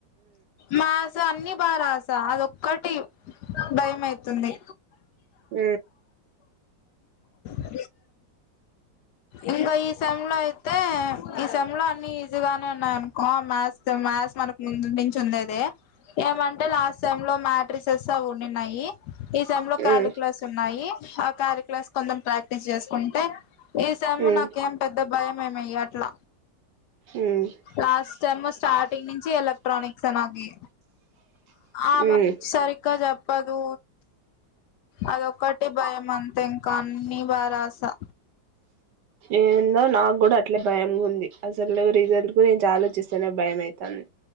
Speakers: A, on the left; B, on the right.
A: మాస అన్ని ప రాస అదొక్కటి భయం అయితుంది
B: హుమ్
A: <inaudible> ఇంగొ ఈ సెమ్ లో అయితే ఈ సెమ్ లో అన్ని జిగానే ఉన్నాను కామస్ మాస్ మనకి చందేదే ఏమంటే లాస్ట్ సేమ్లో మ్యా డ్రెస్సెస్ అవుఉన్నిన్నాయి ఈ సెమ్ లో కాళీ
B: ఉమ్
A: క్లాస్ ఉన్నాయి కాళీ క్లాస్ కొంచెం ప్రాక్టీస్ చేసుకుంటే ఈ సమ్
B: ఉమ్
A: నాకేం పెద్ద భయం ఏమి ఎయ్యాట్ల
B: ఉమ్
A: లాస్ట్ స్టెమ్ స్టార్టింగ్ నుంచి ఎలక్ట్రానిక్స్ నాది ఆమె
B: ఉమ్
A: సరిగ్గా చెప్పదు అదొక్కటి భయం అంతే ఇంకా అన్ని బాగా రాసా
B: ఏందో నాక్కూడా అట్లే భయంగా ఉంది అసలు రిజల్ట్ గురించి ఆలోచిస్తే చనా భయమైతాంది